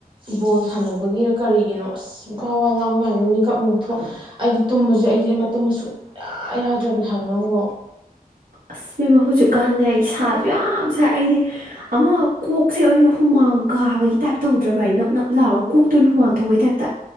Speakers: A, on the right; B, on the right.
A: ꯕꯣꯜ ꯁꯥꯟꯅꯕꯒꯤꯔ ꯀꯔꯤꯒꯤꯅꯣ ꯑꯁ ꯋꯥ ꯋꯥ ꯂꯥꯡꯕ ꯉꯁꯤ ꯃꯤꯀꯞ ꯑꯃꯨꯛ ꯊꯣꯛ ꯑꯩꯗꯤ ꯁꯦ ꯑꯩꯗꯤ ꯃꯇꯨꯝ ꯁꯨꯛꯌꯥ ꯌꯥꯗ꯭ꯔꯕꯅꯦ ꯍꯥꯏꯕ ꯅꯪꯕꯨ
B: ꯑꯁꯃꯦ ꯃꯍꯖꯤ ꯀꯥꯟꯅꯩ ꯑꯩ ꯁꯥꯁꯨ ꯌꯥꯝ ꯁꯥꯏ ꯑꯩꯗꯤ ꯑꯃ ꯀꯣꯛꯁꯦ ꯑꯣꯏꯅ ꯍꯨꯃꯥꯡ ꯀꯥꯕꯒꯤ ꯇꯥꯏꯞ ꯇꯧꯗ ꯅꯠꯇ꯭ꯔꯚꯥꯏ ꯅꯞ ꯅꯞ ꯂꯥꯛꯑꯒ ꯀꯣꯛꯇꯣꯏꯅ ꯍꯨꯃꯜ ꯊꯧꯕꯩ ꯇꯥꯏꯞꯇ